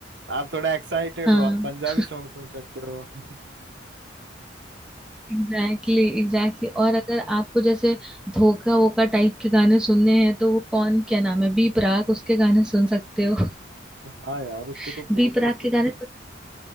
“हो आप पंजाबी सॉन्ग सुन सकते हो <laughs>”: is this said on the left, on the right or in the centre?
Right